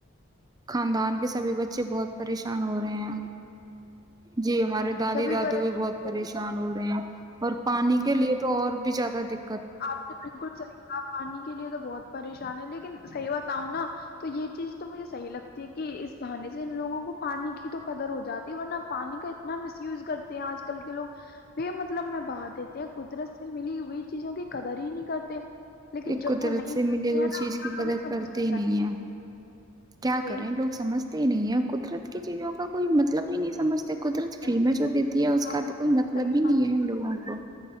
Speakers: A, on the right; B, on the left.
A: خاندان کے سبھی بچے بہت پریشان ہو رہے ہیں جی ہمارے دادی
B: سبھی
A: دادو
B: پریشان
A: بھی بہت پریشان ہو رہے ہیں اور پانی کے لیے تو اور بھی زیادہ دکات
B: آپ نے بالکل صحیح کہا پانی کے لیے تو بہت پریشان ہے لیکن صحیح بتاؤں نا تو یہ چیز تو مجھے صح لگتی ہے کہ اس بہانی سے ان لوگوں کو پانی کی تو قدر ہو جاتی ہے ورنہ پانی کا اتنا مس یوز کرتے ہیں آج کل کے لوگ بے مطلب میں بہا دیتے ہیں قدرت سے ملی ہوئی چیزوں کی قدر ہی نہیں کرتے لیکن
A: ایک
B: جب
A: قدرت
B: وہ نہیں
A: سے
B: ملتے
A: ملے ہوئے
B: ہیں
A: چیز
B: نا
A: کی
B: تب
A: قدر
B: انہیں سمجھ
A: کرتے ہی
B: آتا
A: نہیں ہے
B: ہے
A: کیا
B: وہی
A: کریں لوگ سمجھ نہیں ہے قدرت کی چیزوں کا کوئی مطلب بھی نہیں سمجھ قدرت
B: وہی
A: فری میں جو
B: تو
A: دیتی ہے اس
B: آپ
A: کا
B: کو
A: تو کوئی
B: بالکل
A: مطلب
B: صحیح
A: ہی
B: کہا
A: نہیں ہے ہم لوگوں کو